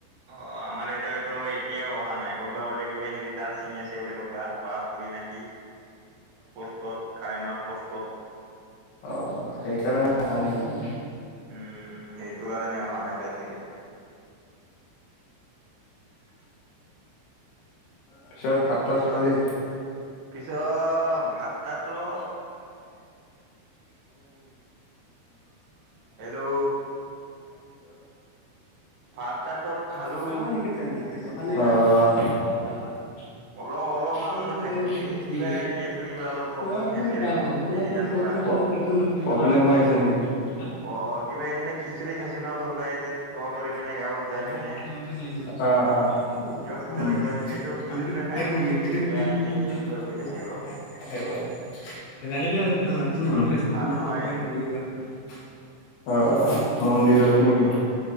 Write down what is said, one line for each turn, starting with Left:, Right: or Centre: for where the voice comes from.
Right: অ, আমাৰ এটোয়া তো এতিয়া অহা নাই ক'তবা বোলে কিবা হেৰি তাৰ ছিঙি আছে বোলে ক'তবা বা। ফুৰি নাকি পস্তুত কাৰেটৰ পসত
Left: অ সেইকাৰণে হানকিজন
Right: উম সেইটো কাৰণে অহা নাই পাই চাগে
Left: পিছত ভাত তাত
Right: পিছত
Left: খালী?
Right: পিছত ভাত তাতাতৰ
Left: <unintelligible> <unintelligible>
Right: হেল্ল' ভাত তাতত খালোঁ।
Left: কাৰানা নেকি টেম ৰাখে দোকানা <unintelligible>
Right: অলপ অলপমান খাইছো
Left: প্ৰব্লেম
Right: কি কিবা পেটটো কিবা
Left: হৈ
Right: অলপ প্ৰব্লেম আছিলে মোৰ সেইদিনাৰ
Left: আছে
Right: পৰা
Left: নেকি
Right: অ অ কিবা এদিনা খিচুৰি খাইছো ন কোবা এয়া তহঁতৰ ইপিনে
Left: <unintelligible>
Right: গাঁৱত যাই পিনে
Left: দিাল
Right: কিবা পূজা নে কিবা আছিল সেইটো
Left: কিয়
Right: খিচিৰিতে খাই মোৰ পেটটো কিবা এনে হেৰি
Left: ৰাতিৰ
Right: কিবা হৈ আছে অলপ
Left: <unintelligible> <unintelligible>
Right: ভাল নহয়
Left: অ মন্দিৰত
Right: উম উম
Left: নেকি
Right: উম